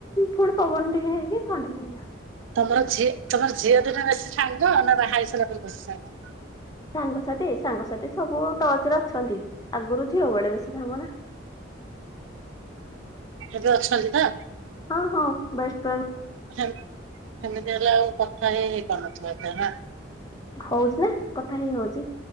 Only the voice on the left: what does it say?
ଫୁଣି ପବନ ଟିକେ ହେଇକି ଥଣ୍ଡା ଲାଗିଲା।
ସାଙ୍ଗସାଥି ସାଙ୍ଗସାଥି ସବୁ ଟଚ୍ ରେ ଅଛନ୍ତି ଆଗରୁ ଝିଅ ବେଳେ ବେଶୀ ସାଙ୍ଗ ନା।
ହଁ ହଁ ବେଷ୍ଟ ଫ୍ରେଣ୍ଡେ।
ହଉଛି ନା କଥା ହଇ ହଉଛି